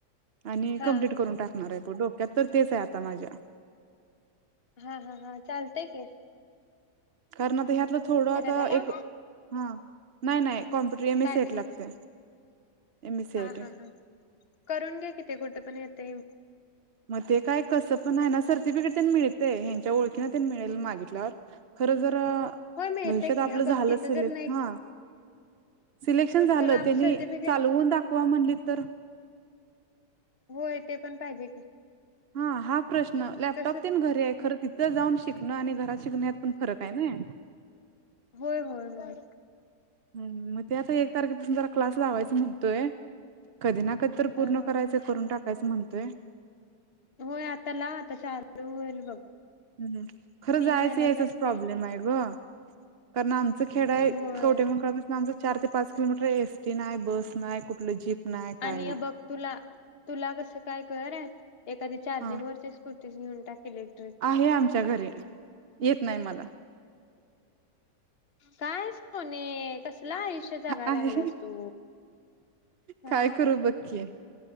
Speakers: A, on the right (about 50°); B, on the left (about 35°).
A: आणि
B: हा
A: कम्प्लीट करून टाकणार आहे. डो क्यात तर तेच आहे आता माझ्या.
B: हा हा हा चाल ठीक हे.
A: कारण आता ह्यातलं थोडं आता
B: त्याला
A: एक हा नाही नाही computer M
B: typing
A: S C I T लागत्या, एम एस सी
B: हा
A: आय टी.
B: हा हा करून घे कि ते कुठं पण येतय
A: मग ते काय कस पण आहे ना सर्टिफिकेट तेन मिळते ह्यांच्या ओळखीने त्यां मिळेल मागितल्यावर खर जर अ...
B: मिळते
A: भविष्यात
B: की
A: आपलं
B: बघ
A: झालं
B: तिथं
A: सिलेक्ट
B: जर नाही
A: हा सिलेक्शन झालं
B: तुला
A: त्यांनी
B: सर्टिफिकेट
A: चालवून दाखवा म्हणली तर?
B: होय ते पण पाहिजे की.
A: हा.. हा प्रश्न लॅपटॉप
B: तस
A: ते घरी आहे. खरं तिथं जाऊन शिकण आणि घरात शिकण पण फरक आहे नई.
B: होय होय होय.
A: हम मग ते आता एक तारखेपासून जरा क्लास लावायचा म्हणतोय. कधी ना कधी तर पूर्ण
B: हा हा
A: करायचं
B: हा
A: करून टाकायचं म्हण ते.
B: होय आता लाव आता स्टार्ट होईल बघ.
A: हम् खरं
B: तीन
A: जायचं
B: महिन्याच
A: यायचंच
B: असते
A: प्रॉब्लेम आहे गं. कर नाम. ते खेड आहे
B: होय
A: कवठेमहांकाळ पसलं. चार ते पाच किलोमीटर एस टी नाही बस नाही कुठलं जीप नाही काय
B: आणि
A: नाही
B: हे बघ तुला तुला कसं काय कराय. एखादी चार्जिंग
A: हा
B: वरची स्कूटी. घेऊन टाक. इलेक्ट्रिक
A: आहे आमच्या घरी. येत नाही मला.
B: कायच तुमी कसलं आयुष्य जागायला
A: आहे
B: लागलास तू हे
A: काय
B: हा.
A: करू बघकी